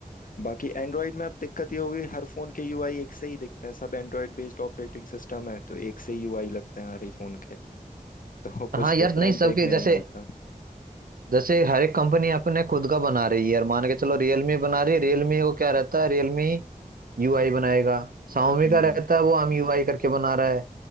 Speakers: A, on the left (about 70°); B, on the right (about 75°).
A: बाकी एंड्रॉयड में अब दिक्कत ये होगी हर फोन के यूआई एक से ही दिखते हैं सब एंड्रॉयड बेस्ड ऑपरेटिंग सिस्टम है तो एक से ही यूआई लगते हैं हर ही फोन के तो <laughs> कुछ
B: हाँ यार
A: डिफरेंट
B: नहीं सबके
A: देखने
B: जैसे
A: नहीं मिलता
B: जैसे हर एक कंपनी अपने खुद का बना रही है यार मान के चलो रियलमी बना रही है रियलमी को क्या रहता है रियलमी यूआई बनाएगा शाओमी
A: हम्म
B: का रहता है वो हम यूआई करके बना रहा है